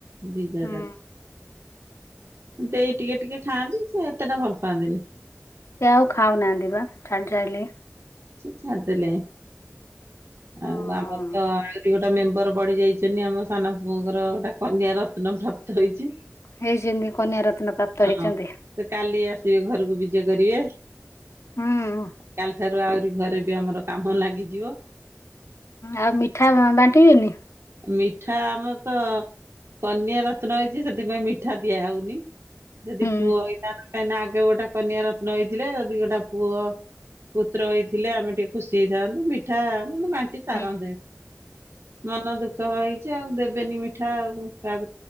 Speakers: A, on the right; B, on the left.
A: ଦି ଯା
B: ହୁଁ
A: ଯାକ। ଦେଇ ଟିକେ ଟିକେ ଖାଆନ୍ତି ସେ ଏତେଟା ଭଲ୍ ପାଆନ୍ତିନି।
B: ସେ ଆଉ ଖାଉନାହାନ୍ତି
A: <unintelligible>
B: ବା ଛାଡି ସାଇଲେ।
A: ଛାଡି ଦେଲେ
B: ହୁଁ
A: ଆଉ ଆମର ତ ସେଠି ଗୋଟେ ମେମ୍ବର ବଢି ଯାଇଚନ୍ତି ଆମ ସାନ ପୁଅଙ୍କର ଗୋଟେ କନ୍ୟା ରତ୍ନ ପ୍ରାପ୍ତ ହେଇଛି
B: ହେଇଛନ୍ତି କନ୍ୟା ରତ୍ନ ପ୍ରାପ୍ତ
A: ହଁ
B: ହେଇଛନ୍ତି।
A: ସେ କାଲି ଆସିବେ। ସେ ଘରକୁ ବିଜେ କରିବେ।
B: ହୁଁ
A: କାଲି ଠାରୁ ଆହୁରି ଘରେ ବି ଆମର କାମ ଲାଗିଯିବ।
B: ଆଉ ମିଠା ବାଣ୍ଟିବେନି?
A: ମିଠା ଆମର ତ କନ୍ୟା ରତ୍ନ ହେଇଛି, ସେଥିପାଇଁ ମିଠା ଦିଆ ହୋଉନି। ଯଦି
B: ହୁଁ
A: ପୁଅ ହେଇଥାନ୍ତା, କାହିଁକି ନା ଆଗେ ଗୋଟେ କନ୍ୟା ରତ୍ନ ହେଇଥିଲେ ଯଦି ଗୋଟେ ପୁଅ ପୁତ୍ର ହେଇଥିଲେ ଆମେ ଟିକେ ଖୁସି ହେଇଥାନ୍ତୁ ମିଠା ହେଇଥାନ୍ତା ମିଠା ହଁ ମୁଁ ବାଣ୍ଟି ସାରନ୍ତେଣି
B: ହୁଁ
A: ମନ ଦୁଃଖ। ହେଇଛି ଆଉ ଦେବେନି ମିଠା ଆଉ ତାଙ୍କର।